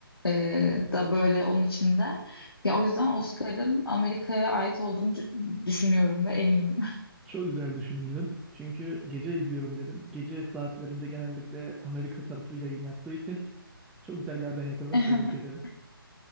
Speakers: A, on the left; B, in the centre.
A: e, da böyle onun içinde. Ya o yüzden Oscar'ın Amerika'ya ait olduğunu dü- düşünüyorum ve eminim.
B: Çok güzel düşündün. Çünkü gece izliyorum dedin. Gece saatlerinde genellikle Amerika tarafı yayın yaptığı için <laughs> çok güzel yerden yakaladın.
A: <laughs>
B: Tebrik ederim.